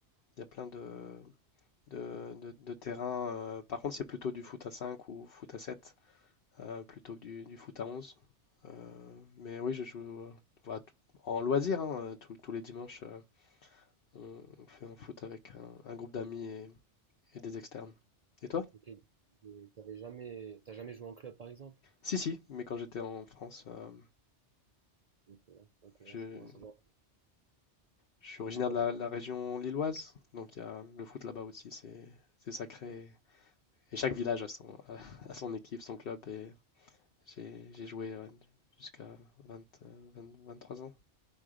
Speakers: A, on the left; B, on the right.
A: il y a plein de, de, de- de terrains. euh, par contre, c'est plutôt du foot à 5 ou foot à 7 euh, plutôt que du, du foot à onze Euh, mais oui, je joue euh, voilà, t- en loisir, hein, euh, tous tous les dimanches, euh, on, on fait un foot avec un, un groupe d'amis et, et des externes. Et toi?
B: Ok. Et T'avais jamais, t'as jamais joué en club, par exemple?
A: Si, si, mais quand j'étais en France, euh,
B: Ok, ok, ouais,
A: je,
B: c'est bon à savoir.
A: je suis originaire
B: Moi,
A: de la, la région lilloise, donc il y a le foot là-bas aussi, c'est, c'est sacré. Et chaque village a son, <laughs> a son équipe, son club, et j'ai, j'ai joué ouais, jusqu'à 20, euh, 20 23 ans.